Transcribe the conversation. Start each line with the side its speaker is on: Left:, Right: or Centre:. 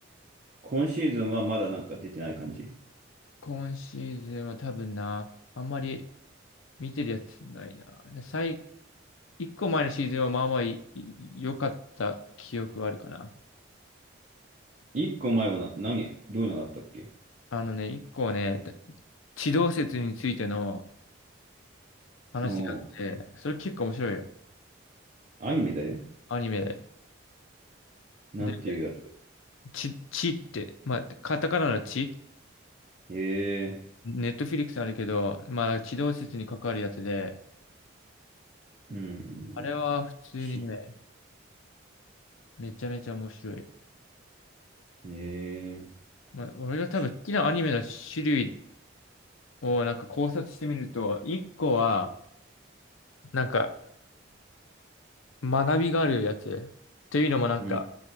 Right: 今シーズンはまだなんか出てない感じ。
Left: 今シーズンは多分な、あんまり見てるやつないな。で最、一個前のシーズンはまあまあいい良かった記憶はあるかな。
Right: 一個前はな、何、どういうのがあったっけ
Left: あのね、一個はね、地動説についての話があって、
Right: おう
Left: それ結構面白いよ。
Right: アニメで
Left: アニメで。で、
Right: なんていうやつ
Left: ち、ちって、まあ、カタカナのち、
Right: ええ
Left: ネットフィリックスあるけど、まあ、地動説に関わるやつで、
Right: ー、うん、
Left: あれは普通にね、
Right: ち、
Left: めちゃめちゃ面白い。
Right: ええー、
Left: まあ、俺が多分好きなアニメの種類
Right: ち、
Left: をなんか考察してみると、一個は、なんか学びがあるやつ。というのもなんか、
Right: うん、